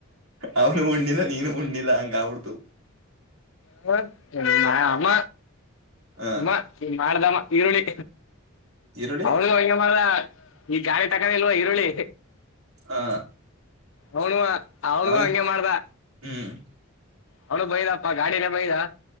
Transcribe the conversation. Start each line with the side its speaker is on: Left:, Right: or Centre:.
Right: ಅವನು ಉಣ್ಣಿಲ್ಲ ನೀನು ಉಣ್ಣಿಲ್ಲ ಹಂಗ ಆಬಡ್ತು
Left: ಹ ಆಮ್ಮ
Right: ಹ
Left: ನಿಮ್ಮ ನೀ ಮಾಡ್ದಮ್ಮ ಈರುಳ್ಳಿ
Right: ಈರುಳ್ಳಿ
Left: ಅವಳಗ ಹ ಮಾರ ಈ ಜ ತಗೊಂಡಿಲ್ವಾ ಈರುಳ್ಳಿ
Right: ಹ
Left: ಅವನು ಅವ್ರಗೂ
Right: ಅವನ
Left: ಹಂಗೆ ಮಾಡ್ದ
Right: ಹ್ಮ್
Left: ಅವಳು ಬೈದಾಪ್ಪ ಗಾಡಿನೇ ಬೈದಾ